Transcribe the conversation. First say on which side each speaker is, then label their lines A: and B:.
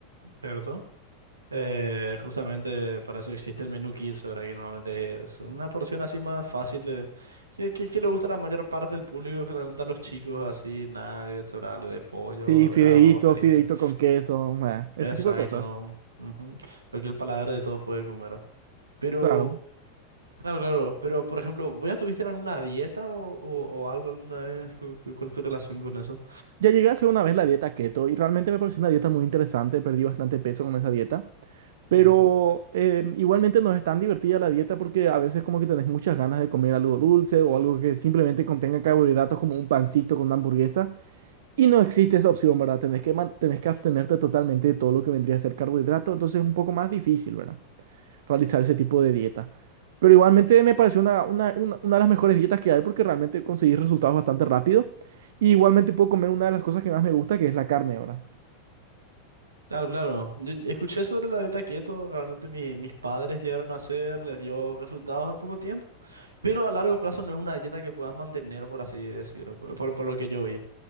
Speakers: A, on the right; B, on the right.
A: ¿Cierto? Eh, justamente para eso existe el menú Kids, ¿verdad? Que normalmente es una porción así más fácil de... Que, que, que le gusta a la mayor parte del público, generalmente a los chicos, así, nuggets, ¿verdad? Algo de pollo,
B: Sí, fideíto,
A: ¿verdad? Papas fritas.
B: fideíto con queso, eh, ese
A: Exacto,
B: tipo de cosas.
A: ¿no? Ujú. Lo que el paladar de todos puede comer. Pero,
B: Claro.
A: claro, claro, pero por ejemplo, ¿vos ya estuviste en alguna dieta o, o- o algo alguna vez? ¿Cu- cu- ¿Cuál es tu relación con eso?
B: Ya llegué a hacer una vez la dieta keto y realmente me pareció una dieta muy interesante, perdí bastante peso con esa dieta, pero
A: Ujú.
B: eh, igualmente no es tan divertida la dieta porque a veces como que tenés muchas ganas de comer algo dulce o algo que simplemente contenga carbohidratos como un pancito con una hamburguesa. Y no existe esa opción, ¿verdad? Tenés que, man- tenés que abstenerte totalmente de todo lo que vendría a ser carbohidrato, entonces es un poco más difícil, ¿verdad? Realizar ese tipo de dieta. Pero igualmente me pareció una, una, una- una de las mejores dietas que hay porque realmente conseguí resultados bastante rápido. Y igualmente puedo comer una de las cosas que más me gusta, que es la carne, ¿verdad?
A: Claro, claro. Yo- yo Escuché sobre la dieta keto, realmente mi- mis padres llegaron a hacer, les dio resultados en poco tiempo, pero a largo plazo no es una dieta que puedas mantener, por así decirlo, por, por- por lo que yo vi.